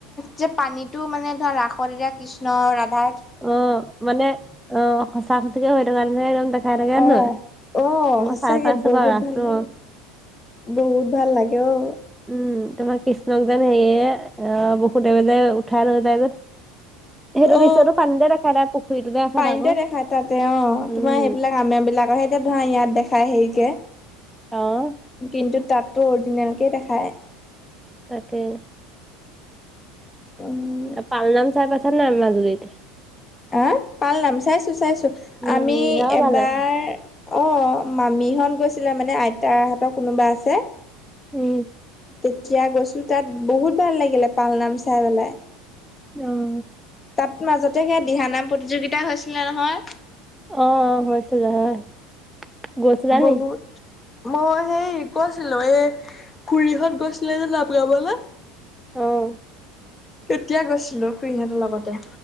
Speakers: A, on the left (about 25°); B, in the centre.
A: যে পানীটো মানে ধৰা ৰাসদতা কৃষ্ণ-ৰাধা
B: অ মানে অ সঁচা সচিকে হয় থকাৰ নিচিনাকে একদম দেখ- খাই থাগে হয়
A: অ
B: নয়,
A: অ
B: মই
A: সঁচাকে
B: চাই পাইছো
A: বহুত
B: বাৰু ৰাসটো।
A: ভাল লাগে বহুত ভাল লাগে অ।
B: উম তোমাৰ কৃষ্ণক যেন সেয়ে অ বসুদেৱ যে উঠাই লৈ যে। সেইটো
A: অ,
B: দৃশ্যটো পানীতে দেখা যায় পুখুৰীটো যে আছে
A: পানীতে
B: ডাঙৰ
A: দেখাই তাতে অ
B: উম
A: তোমাৰ সেইবিলাক আমে বিলাক সেইতে ধৰা ইয়াত দেখাই হেৰিকে।
B: অ।
A: কিন্তু তাতো অৰিজিনেলকে দেখায়।
B: তাকে।
A: উম
B: তা পা, আলনাম চাই পাইছা নাই মাজুলীত?
A: আ! পাল নাম চাইছোঁ চাইছোঁ।
B: উম
A: আমি
B: সেয়াও
A: এবাৰ
B: ভাল লাগে
A: অ মামীহত গৈছিলে মানে আইতাৰ হতৰ কোনোবা আছে।
B: উম।
A: তেতিয়া গৈছিলো তাত বহুত ভাল লাগিলে পালনাম চাই পেলায়।
B: অঁ।
A: তাত মাজতে সে দিহানাম প্ৰতিযোগিতা হৈছিলে নহয়?
B: অঁ অঁ হৈছিলে হয়। গৈছিলা
A: বহুত
B: নি
A: মই সেই গৈছিলো এই খুৰীহত গৈছিলে যে জাপ গাবলে
B: অঁ।
A: তেতিয়া গৈছিলো খুৰীহঁতৰ লগতে।